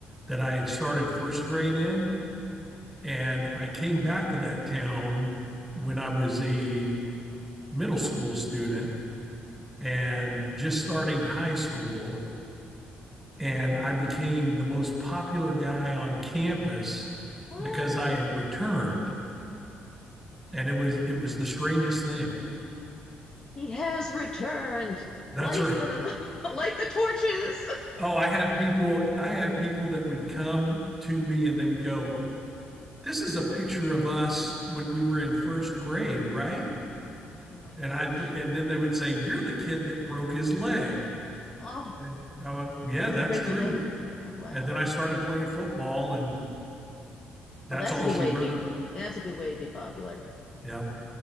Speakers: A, in the centre; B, on the left (about 25°).
A: that I had started first grade in, and I came back to that town when I was a middle school student and just starting high school And I became the most popular guy on campus
B: What?
A: because I had returned. And it was it was the strangest thing.
B: He has returned.
A: That's
B: Light
A: right. <laughs>
B: the <laughs> light the torches.
A: Oh, I had people I had people that would come to me and they would go, "This is a picture of us when we were in first grade, right?"
B: Oh my
A: And
B: gosh.
A: I'd and then they would say, "You're the kid that broke his leg."
B: Oh.
A: And I was, "Yeah,
B: Did
A: that's
B: you break
A: true."
B: your leg? Oh, wow.
A: And then I started playing football and that's
B: Oh, that's
A: all
B: a good
A: she
B: way
A: wrote.
B: to be. That's a good way to be popular.
A: Yeah.